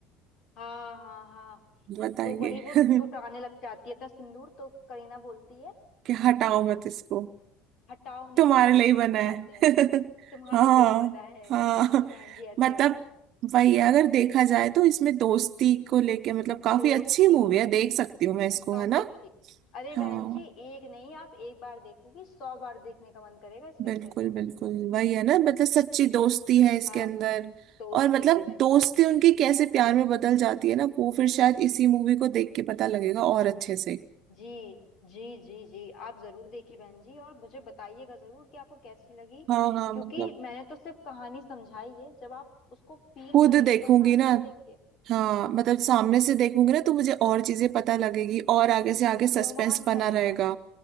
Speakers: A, on the left; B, on the right.
A: हाँ हाँ हाँ
B: बताइए
A: तो वही वो
B: <laughs>
A: छुटाने लग जाती है अपना सिंदूर तो करीना बोलती है
B: कि हटाओ
A: कि
B: मत इसको
A: हटाओ नहीं
B: तुम्हारे
A: सिंदूर
B: लिए ही बना
A: नहीं हटाते
B: है
A: हैं
B: <laughs>
A: तुम्हारे
B: हाँ
A: लिए ही बना है
B: हाँ
A: तो बहन जी ऐसे
B: मतलब
A: होता है
B: वही है, अगर देखा जाए तो इसमें दोस्ती को लेके मतलब काफी
A: दोस्ती
B: अच्छी मूवी है देख सकती हूँ मैं इसको
A: काफी
B: है ना
A: अच्छी अरे बहन
B: हाँ
A: जी एक नहीं आप एक बार देखोगी सौ बार देखने का मन करेगा इस पिक्चर
B: बिल्कुल
A: को
B: बिल्कुल वही है ना मतलब सच्ची दोस्ती है इसके
A: हाँ
B: अंदर
A: दोस्ती
B: और मतलब
A: है बहन
B: दोस्ती
A: जी
B: उनकी कैसे प्यार में बदल जाती है ना वो फिर शायद इसी मूवी को देख के पता लगेगा और अच्छे से
A: जी जी जी जी आप जरूर देखिए बहन जी और मुझे बताइएगा जरूर कि आपको कैसी लगी
B: हाँ हाँ
A: क्योंकि
B: मतलब
A: मैंने तो सिर्फ कहानी समझाई है जब आप उसको फील
B: खुद
A: करेंगी
B: देखूंगी
A: ना सामने
B: ना
A: से देख के
B: हाँ मतलब सामने से देखूंगी ना तो मुझे और चीजें पता लगेगी और आगे से आगे सस्पेंस
A: रोमांच
B: बना
A: आएगा
B: रहेगा